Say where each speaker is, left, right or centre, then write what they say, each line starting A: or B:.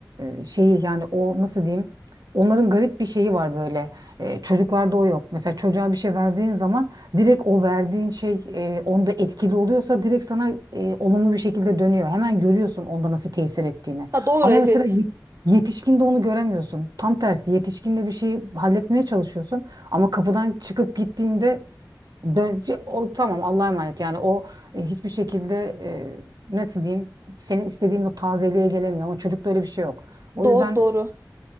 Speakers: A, on the right; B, on the right.
A: e, şeyi yani o nasıl diyeyim? Onların garip bir şeyi var böyle. E, çocuklarda o yok. Mesela çocuğa bir şey verdiğin zaman direkt o verdiğin şey e, onda etkili oluyorsa direkt sana e, olumlu bir şekilde dönüyor. Hemen görüyorsun onda nasıl tesir ettiğini.
B: Ha doğru
A: Ama
B: evet.
A: mesela yet- yetişkinde onu göremiyorsun. Tam tersi yetişkinde bir şeyi halletmeye çalışıyorsun ama kapıdan çıkıp gittiğinde dön o tamam Allah'a emanet yani o e, hiçbir şekilde e, nasıl diyeyim senin istediğin o tazeliğe gelemiyor ama çocukta öyle bir şey yok. O
B: Doğru
A: yüzden
B: doğru.